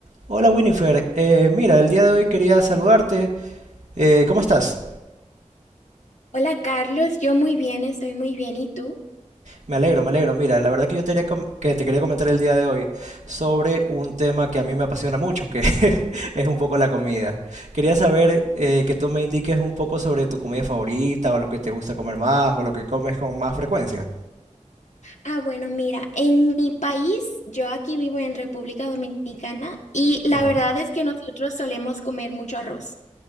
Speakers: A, on the right; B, on the left.
A: Hola Winifred, Eh, mira, el día de hoy quería saludarte. Eh, ¿cómo estás?
B: Hola Carlos, yo muy bien, estoy muy bien. ¿Y tú?
A: Me alegro, me alegro. Mira, la verdad que yo te, haría com- que te quería comentar el día de hoy sobre un tema que a mí me apasiona mucho, que <laughs> es un poco la comida. Quería saber eh, que tú me indiques un poco sobre tu comida favorita o lo que te gusta comer más o lo que comes con más frecuencia.
B: Ah, bueno, mira, en mi país, yo aquí vivo en República Dominicana y la
A: Ajá.
B: verdad es que nosotros solemos comer mucho arroz.